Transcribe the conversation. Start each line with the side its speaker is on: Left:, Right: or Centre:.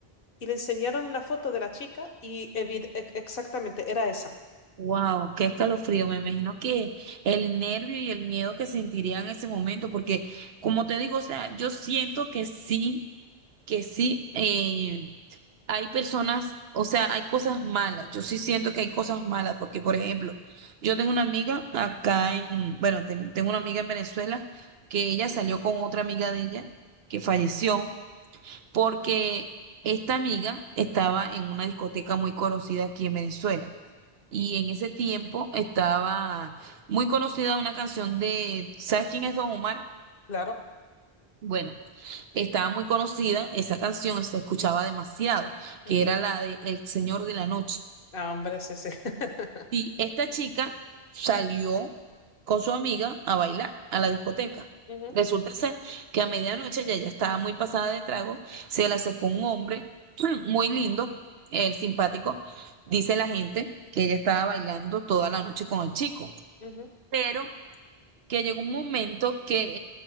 Left: y le enseñaron una foto de la chica y evi- e- exactamente era esa.
Right: Wow, qué escalofrío. Me imagino que el nervio y el miedo que sentiría en ese momento, porque como te digo, o sea, yo siento que sí, que sí, eh, hay personas, o sea, hay cosas malas. Yo sí siento que hay cosas malas, porque por ejemplo, yo tengo una amiga acá en, bueno, ten- tengo una amiga en Venezuela que ella salió con otra amiga de ella que falleció porque esta amiga estaba en una discoteca muy conocida aquí en Venezuela. Y en ese tiempo estaba muy conocida una canción de, ¿sabes quién es Don Omar?
Left: Claro.
Right: Bueno, estaba muy conocida esa canción, se escuchaba demasiado,
Left: Ujú.
Right: que era la de El Señor de la Noche.
Left: Ah, hombre, sí, sí. <laughs>
Right: Y esta chica salió con su amiga a bailar a la discoteca.
Left: Ujú,
Right: Resulta ser que a medianoche ya ya estaba muy pasada de trago, se le acercó un hombre <clears throat> muy lindo, el simpático. Dice la gente que ella estaba bailando toda la noche con el chico,
Left: ujú.
Right: pero que llegó un momento que